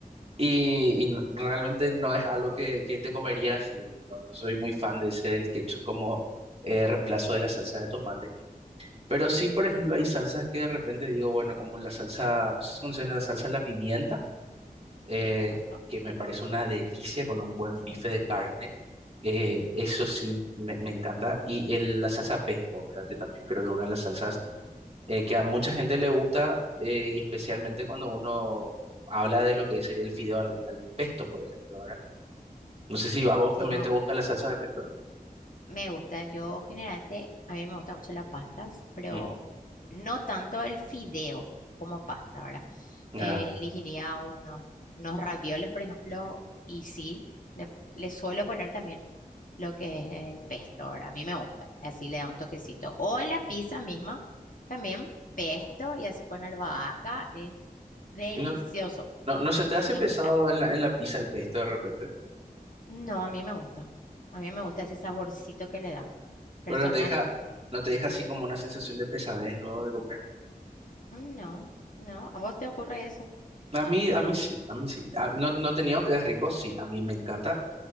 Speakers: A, on the right; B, on the left.
A: Y, y no- realmente no es algo que, que te comería así, ¿verdad? No, no soy muy fan de ese el ketchup como eh, reemplazo de la salsa de tomate. Pero sí, por ejemplo, hay salsas que de repente digo, bueno, como la salsa, no sé si conoces la salsa de la pimienta, eh,
B: Sí, conozco.
A: que me parece una delicia con un buen
B: Sí,
A: bife de carne. Eh, eso sí, me, me encanta. Y el- la salsa pesto, ¿verdad? Que también creo que es una de las salsas
B: ajá,
A: eh, que a mucha gente le gusta, eh, y especialmente cuando uno habla de lo que sería el fideo al, al pesto, por ejemplo, ¿verdad? No sé si a vos
B: sí,
A: también
B: me gusta.
A: te gusta la salsa de pesto.
B: Me gusta, yo generalmente, a mí me gusta mucho las pastas, pero
A: Ujú.
B: no tanto el fideo como pasta, ¿verdad?
A: Ah.
B: Eh, elegiría unos, unos ravioles, por ejemplo, y sí, le, le suelo poner también lo que es el pesto, ¿verdad? A mí me gusta, así le da un toquecito. O en la pizza misma, también pesto y así con albahaca, es delicioso,
A: Y No, no, no se te hace
B: me
A: pesado
B: encanta.
A: en la, en la pizza el pesto de repente,
B: No, a mí me gusta, a mí me gusta ese saborcito que le da, personalmente.
A: pero no te deja, no te deja así como una sensación de pesadez luego de comer.
B: Mm, No, no, ¿a vos te ocurre eso?
A: A mí, a mí sí, a mí sí. A- no, no te niego que es rico, sí, a mí me encanta.